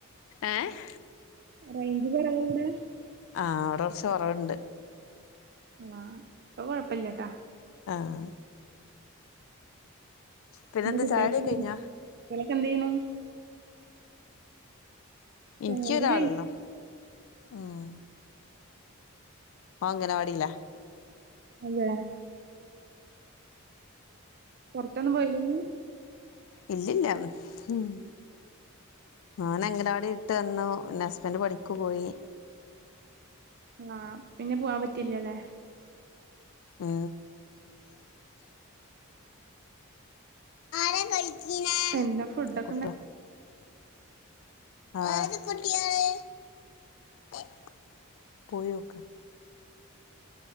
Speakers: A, on the left (about 65°); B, on the right (about 50°).
A: ഏഹ്
B: റേഞ്ച് കൊറെ വിടെ
A: ആ് അവിടെറച്ച് കൊറവ്ണ്ട്.
B: ആ ഇപ്പ കൊഴപ്പല്ലട്ടാ.
A: ആഹ് പിന്നെന്താ
B: എന്തെ കുട്ടികളൊക്കെ
A: ചായുടിയൊക്കെ
B: വന്ന
A: കഴിഞ്ഞോ
B: കുട്ടികളൊക്കെ എന്ത്‌ ചെയ്യണ
A: ഇനിക്ക്‌
B: ചായകുടി
A: ഒരാളൊള്ളൂ
B: കഴി
A: ഉം ഓൻ അങ്ങനവാടില
B: അതെ പുറത്തൊന്നും പോയലെ ഇന്ന്
A: ഇല്ലില്ല ഉം മോന് അങ്ങനവാടി വിട്ട് വന്നു പിന്നെ ഹസ്ബന്റെ പണിക്കു പോയി
B: ആ പിന്നെ പോവാാൻ പറ്റ്ല്ലല്ലേ?
A: ആ ആരാ കളിക്കണേ
B: എന്താ ഫുഡ് ഒക്കെണ്ട
A: കുട്ടിയോ <unintelligible>